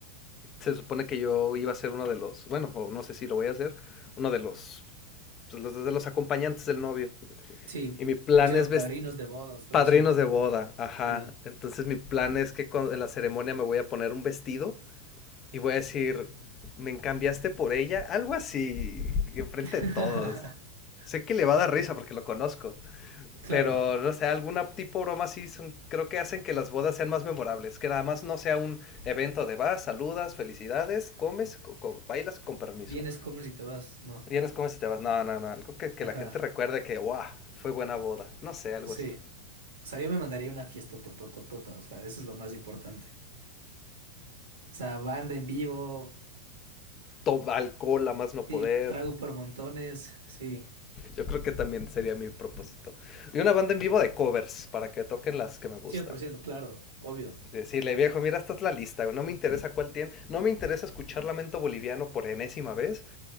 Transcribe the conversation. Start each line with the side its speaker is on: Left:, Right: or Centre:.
Left: se supone que yo iba a ser uno de los, bueno, o no sé si lo voy a hacer, uno de los, pues, los- de los acompañantes del novio.
Right: Sí,
Left: Y mi plan
Right: cosa sea,
Left: es vest-
Right: padrinos de bodas,
Left: padrinos
Right: algo así.
Left: de boda, ajá.
Right: Sí.
Left: Entonces mi plan es que cuando- en la ceremonia me voy a poner un vestido y voy a decir, me cambiaste por ella, algo así, enfrente
Right: <laughs>
Left: de todos. Sé que le va a dar risa porque lo conozco.
Right: Claro,
Left: Pero, no sé, alguna tipo broma sí son, creo que hacen que las bodas sean más memorables, que nada más no sea un evento de vas, saludas, felicidades, comes, co- co- bailas con permiso.
Right: vienes, comes y te vas, ¿no?
Left: Vienes, comes y te vas. No, no, no, algo que, que
Right: Ajá,
Left: la gente recuerde que, wow, fue buena boda. No sé, algo
Right: sí.
Left: así.
Right: O sea, yo me mandaría una fiesta totototota, o sea, eso es lo más importante. O sea, banda en vivo,
Left: Toma alcohol a más no
Right: Sí,
Left: poder.
Right: trago por montones, sí,
Left: Yo creo que también sería mi propósito. Y una banda en vivo de covers para que toquen las que me gustan.
Right: cien por ciento claro, obvio.
Left: Decirle, viejo, mira, esta es la lista, güey, no me interesa cuál tiene, no me interesa escuchar Lamento Boliviano por enésima vez,